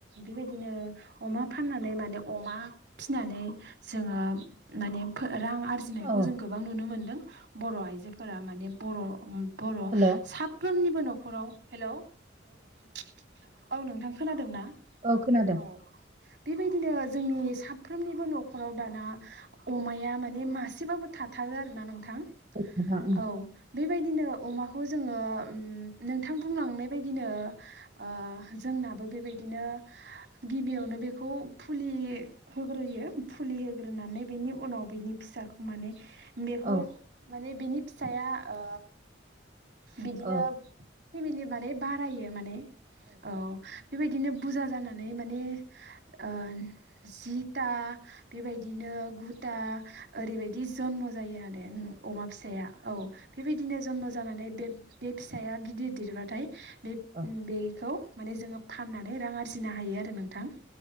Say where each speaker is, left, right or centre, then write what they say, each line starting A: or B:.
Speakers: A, on the right (about 65°); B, on the right (about 40°).
A: बेबायदि बिदिनो अमा फाननानै माने अमा फिनानै जोङो माने फो रां आरजिनायखौ
B: औ
A: जों गोबां नुनो मोनदों बर' आइजो फोरा माने बर' बर'
B: हेलौ
A: साफ्रोमनिबो न'खराव हेल' औ नोंथां खोनादोंना
B: औ खोनादों
A: औ बेबायदिनो जोंनि साब फ्रोमनिबो न'खराव दाना अमाया माने मासेबाबो थाथारो आरोना नों थां
B: नोंथां
A: औ बे बायदिनो अमाखौ जों उम नोंथां बुंलांनाय बायदिनो ओ जोंना आबो बेबायदिनो गिबियावनो बेखौ फुलि होग्रोयो फुलि होग्रोनानै बेनि उनाव बिनि फिसाखौ माने बेखौ
B: औ
A: माने बिनि फिसाया ओ बिदिनो
B: औ
A: फेमिलि माने बारायो माने औ बेबायदिनो बुरजा जानानै माने ओ जिथा बेबायदिनो गुथा ओरैबायदि जन्म जायो आरो अमा फिसाया औ बेबायदिनो जन्म जानानै बे बे फिसाया गिदिर दिरबाथाय बे
B: औ
A: बेखौ माने जोङो फाननानै रां आरजिनो हायो आरो नोंथां